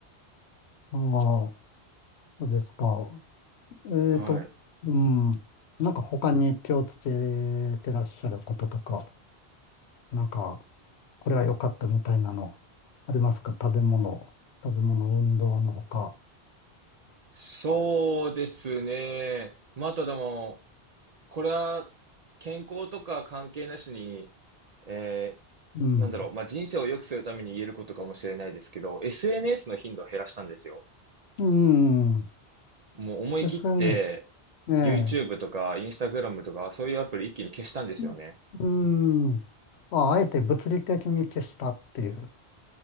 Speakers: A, on the left; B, on the right.
A: ああ、そうですか。えっと、
B: はい。
A: うん。なんか他に気をつけてらっしゃることとか、なんか、これは良かったみたいなの、ありますか食べ物、食べ物、運動のほか。
B: そうですね。またでも、これは健康とか関係なしに、え
A: うん。
B: なんだろう、まあ、人生を良くするために言えることかもしれないですけど、SNS の頻度を減らしたんですよ。
A: うん。
B: もう思い切って、
A: ですね。ええ。
B: YouTube とか Instagram とか、そういうアプリ一気に消したんですよね。
A: うん。うんあ、あえて物理的に消したっていう